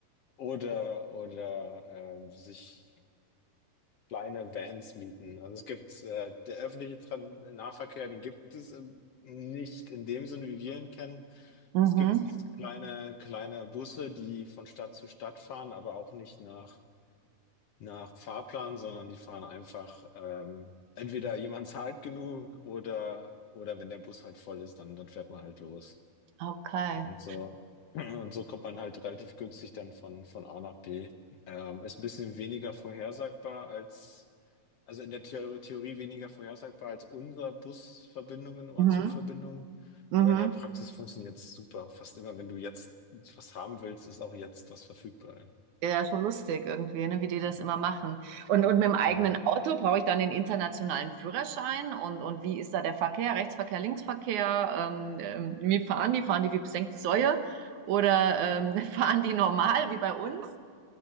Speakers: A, on the left; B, on the right.
A: oder, oder ähm, sich kleine Vans mieten. Also es gibt äh, der öffentliche Tran Nahverkehr, den gibt es ähm, nicht in dem Sinne, wie wir ihn kennen.
B: Mhm.
A: Es gibt kleine, kleine Busse, die von Stadt zu Stadt fahren, aber auch nicht nach, nach Fahrplan, sondern die fahren einfach, ähm, entweder jemand zahlt genug oder, oder wenn der Bus halt voll ist, dann, dann fährt man halt los.
B: Okay.
A: Und so, <clears throat> und so kommt man halt relativ günstig dann von, von A nach B. Ähm, ist ein bisschen weniger vorhersagbar als also in der Theo- Theorie weniger vorhersagbar als unsere Busverbindungen oder
B: Mhm.
A: Zugverbindungen.
B: Mhm.
A: Aber in der Praxis funktioniert es super. Fast immer, wenn du jetzt was haben willst, ist auch jetzt was verfügbar.
B: Ja, ja, schon lustig irgendwie, ne, wie die das immer machen. Und, und mit dem eigenen
A: Mhm.
B: Auto brauche ich dann den internationalen Führerschein und, und wie ist da der Verkehr, Rechtsverkehr, Linksverkehr? Ähm, ähm, wie fahren die? Fahren die wie besenkte Säue? Oder ähm, <laughs> fahren die normal wie bei uns?